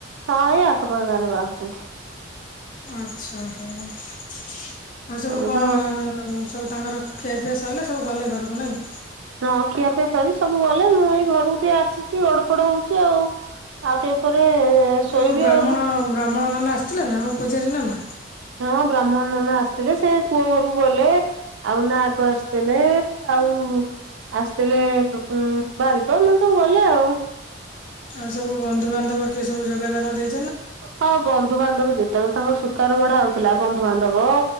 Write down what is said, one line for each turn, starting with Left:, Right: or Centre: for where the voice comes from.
Right: ହଁ। ଆପଣଙ୍କ ଗାଁ ରେ ବାହାହଉଛନ୍ତି।
Left: ଆଚ୍ଛା ହ ଆଉ ସବୁ
Right: ଏବେ
Left: କଣ
Right: ତ
Left: ସବୁ ତାଙ୍କର ଏବେ ସରିଲା ସବୁ ଗଲେ ଘରକୁ ନାଇଁ।
Right: ହଁ ଖିଆପିଆ ସରି ସବୁ ଗଲେ ମୁଁ ଏଇ ଘରକୁ ଟିକେ ଆସିଛି ଗଡ଼ ପଡ଼ ହଉଛି ଆଉ। ଆଉ ଟିକେ ପରେ ଶୋଇବି
Left: ମୁଁ ବ୍ରାହ୍ମଣ
Right: ଆଉ।
Left: ବ୍ରାହ୍ମଣ ନ ଆସିଥିଲେ ନା ଆମ ପୂଜାରୀ ନନା।
Right: ହଁ ବ୍ରାହ୍ମଣ ନନା ଆସିଥିଲେ ସେ ପୁଅ ଘରକୁ ଗଲେ ଆଉ ନା କ ଆସିଥିଲେ ଆଉ ମୁଁ ଆସିଥିଲେ ବାରିକ ମାନେ ସବୁ ଗଲେ ଆଉ।
Left: ଆଉ ସବୁ ବନ୍ଧୁବାନ୍ଧବ କିଏ ସବୁ ଯୋଗଦାନ ଦେଇ
Right: ହଁ ବନ୍ଧୁବାନ୍ଧବ ଯେତେବେଳେ ତାଙ୍କ ସୁକାର ବଢା ହଉଥିଲା ବନ୍ଧୁବାନ୍ଧବ